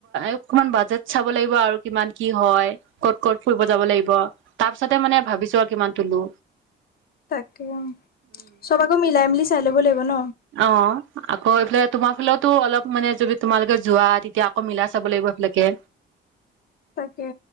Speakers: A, on the right; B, on the left.
A: অকণমান বাজেট চাব লাগিব আৰু কিমান কি হয় ক'ত ক'ত ফুৰিব যাব লাগিব তাৰ পিছতে মানে ভাবিছো আৰু কিমান তুলো
B: তাকে অ চব আকৌ মিলাই মেলি চাই ল'ব লাগিব ন
A: অ আকৌ এইফালে তোমাৰ ফালেতো অলপ মানে যদি তোমালোকে যোৱা তেতিয়া আকৌ মিলাই চাব লাগিব এইফিলাকে
B: তাকে